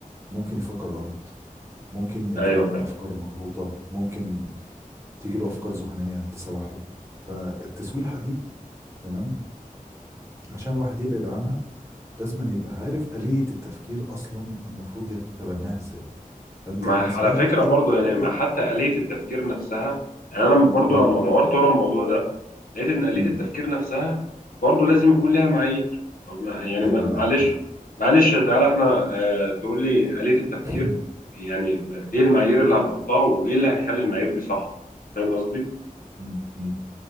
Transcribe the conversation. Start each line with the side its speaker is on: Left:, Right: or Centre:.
Right: ممكن يفكر غلط ممكن يتبنى
Left: أيوه فاهم
Right: افكار مغلوطة ممكن تيجي له افكار ذهنيه تسوحه فالتسويحه دي تمام عشان الواحد يبعد عنها لازم أن يبقى عارف آلية التفكير اصلا المفروض يتبناها ازاي فانت
Left: مع
Right: بالنسبه
Left: على
Right: لك
Left: فكرة
Right: ايه
Left: برضو يعني
Right: ايه
Left: مع حتى آلية التفكير نفسها يعني أنا برضو
Right: اه
Left: لما دورت ورا الموضوع ده لقيت إن آلية
Right: امم
Left: التفكير نفسها برضو لازم يكون ليها معايير طب ما يعني
Right: ايوه
Left: ما- معلش
Right: ده ده
Left: معلش تعالى إحنا آه تقول لي آلية التفكير
Right: <clears throat>
Left: يعني إيه المعايير اللي هنحطها وإيه اللي هيخلي المعايير دي صح فاهم قصدي؟
Right: مم، مم.